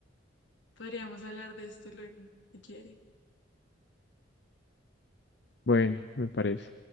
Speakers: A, on the left (about 75°); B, on the left (about 60°).
A: Podríamos hablar de esto luego, si quieres.
B: Bueno, me parece.